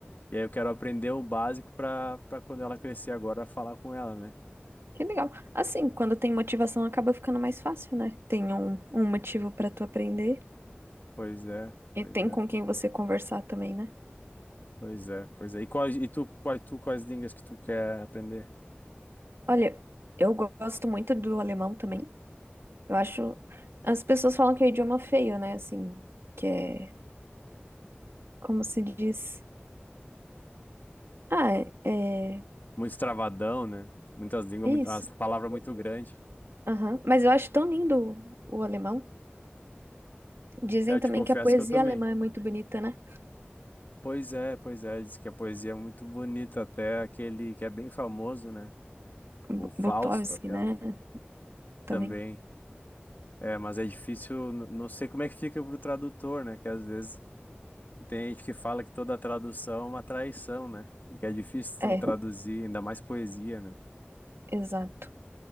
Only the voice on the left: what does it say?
E aí eu quero aprender o básico para para quando ela crescer agora falar com ela, né?
Pois é,
pois
é.
Pois é, pois é. E, quais, e tu, quais, tu, quais línguas que tu quer aprender?
Muito travadão, né? Muitas línguas,
muito, as palavras muito grandes.
É, Eu te
confesso
que eu também.
Pois é, pois é. Diz que a poesia é muito bonita, até aquele que é bem famoso, né?
O Fausto,
aquela,
também. É, mas é difícil, n- não sei como é que fica pro tradutor, né? Que às vezes tem gente que fala que toda tradução é uma traição, né? Que é difícil
tu traduzir, ainda mais poesia, né?